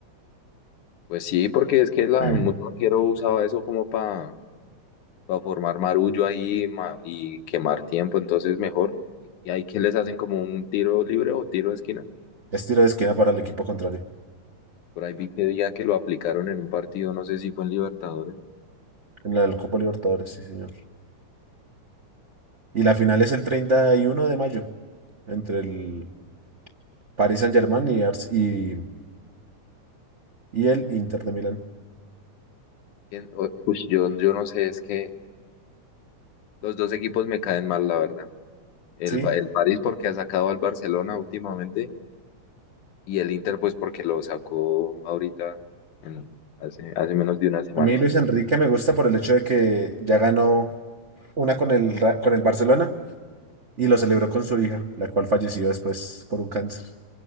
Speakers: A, on the left; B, on the right.
A: Pues sí, porque es que la,
B: <clears throat>
A: mucho arquero usaba eso como para para formar marullo ahí ma- y quemar tiempo, entonces mejor. Y ahí que les hacen como un tiro libre o tiro de esquina.
B: Es tiro de esquina para el equipo contrario
A: Por ahí vi que día que lo aplicaron en un partido, no sé si fue en Libertadores.
B: en la Copa Libertadores, sí, señor. Y la final es el 31 de mayo entre el Paris Saint-Germain y, Ars- y, y el Inter de Milán.
A: ¿Quién? O- ush, yo, yo no sé, es que los dos equipos me caen mal, la verdad. El,
B: Sí,
A: Ba- el París porque ha sacado al Barcelona últimamente y el Inter pues porque lo sacó ahorita en- hace, hace menos de una semana.
B: a mí Luis Enrique me gusta por el hecho de que ya ganó una con el, Ra- con el Barcelona y lo celebró con su hija, la cual falleció después por un cáncer.